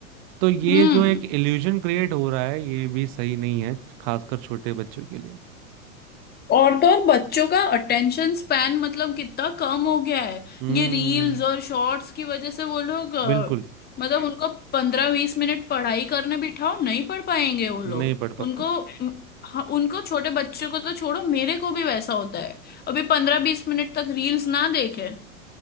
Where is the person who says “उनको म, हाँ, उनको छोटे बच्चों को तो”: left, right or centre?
Left